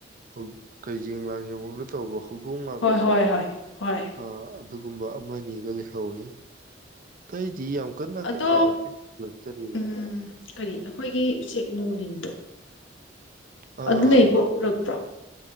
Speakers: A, on the right (about 45°); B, on the left (about 85°).
A: ꯍꯧꯛ ꯀꯩꯖꯦꯡ ꯂꯥꯡ ꯌꯦꯡꯒꯗ ꯇꯧꯕ ꯍꯧꯖꯤ ꯇꯨꯡꯉꯗ
B: ꯍꯣꯏ
A: ꯇꯣ
B: ꯍꯣꯏ ꯍꯣꯏ ꯍꯣꯏ
A: ꯑ ꯑꯗꯨꯒꯨꯝꯕ ꯑꯃ ꯑꯅꯤꯒ ꯂꯩꯍꯧꯋꯤ ꯀꯩꯖꯤ ꯑꯃꯨꯛ ꯀꯅꯥ
B: ꯑꯗꯣ
A: ꯀꯦ ꯂꯆꯔꯅꯤ
B: ꯎꯝ ꯀꯔꯤ ꯑꯩꯈꯣꯏꯒꯤ ꯎꯆꯦꯛ ꯅꯣꯡ ꯜꯗꯣ
A: ꯑꯥ
B: ꯑꯗꯨ ꯂꯩ ꯎꯔꯛꯄ꯭ꯔ